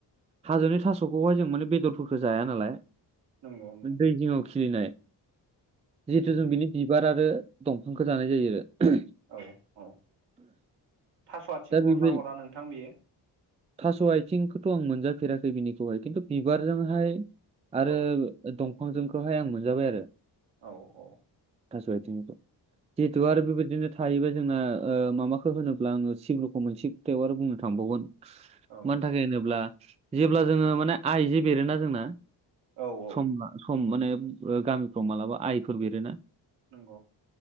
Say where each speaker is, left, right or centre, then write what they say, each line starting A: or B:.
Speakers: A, on the right; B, on the right.
A: हाजोनि थासखौहाय जों माने बेदरफोरखौ जाया नालाय
B: नंगौ नंगौ
A: दै जिङाव खिलिनाय जिहेथु
B: उम
A: जों
B: हो
A: बिनि बिबार आरो दंफांखौ जानाय जायो आरो
B: औ-औ थास' आथिं
A: दा बेबो
B: हरना हरा नोंथां बियो
A: थास आथिंखौथ आं मोनजाफेराखै बिनिखौहाय खिन्थु बिबारजोंहाय आरो
B: औ
A: दंफांजोंखौहाय आं मोनजाबाय आरो
B: औ-औ
A: थासाथिंनिखौ जिहेथु
B: उम
A: आरो बेदिनो थायोबा जोंना माबाखौ होनोब्ला आङो सिब्रुखौ मोनसे खोथायाव आरो बुंनो थांबावगोन
B: हो औ
A: मानि थाखाय होनोब्ला जेब्ला जोङो माने आइ जे बेरोना जोंना
B: औ औ
A: सम सम माने गामिफ्राव मालाबा आइफोर बेरोना
B: नंगौ